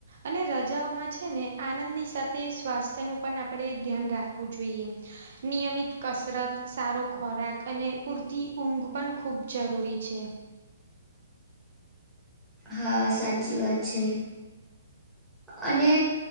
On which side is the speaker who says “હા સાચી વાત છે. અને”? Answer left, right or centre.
Centre